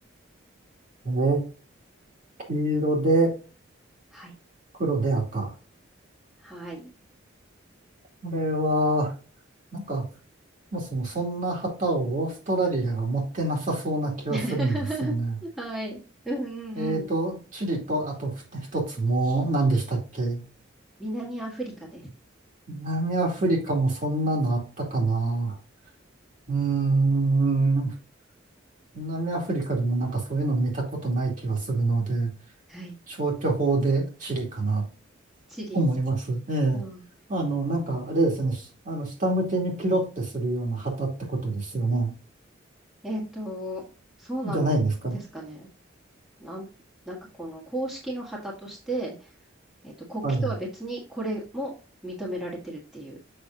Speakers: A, on the right; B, in the centre.
A: えー黄色で
B: はい。
A: 黒で赤。
B: はい。
A: これは、なんか、そもそもそんな旗をオーストラリアが持ってなさそうな気はするんですよね。
B: <laughs> はい。うんうんうん。
A: えーと、チリと、あと一つもう、何でしたっけ
B: 南アフリカです。
A: 南アフリカもそんなのあったかな。うーん、南アフリカでもなんかそういうの見たことない気はするので、
B: はい。
A: 消去法でチリかな、
B: チリ。
A: と思います。ええ。
B: うん。
A: あの、なんか、あれですね、しあの、下向けにキロってするような旗ってことですよね。
B: えっと、そうなのですかね。
A: じゃないんですか。
B: なん、なんかこの公式の旗として、えっと、国旗とは別にこれも認められてるっていう
A: は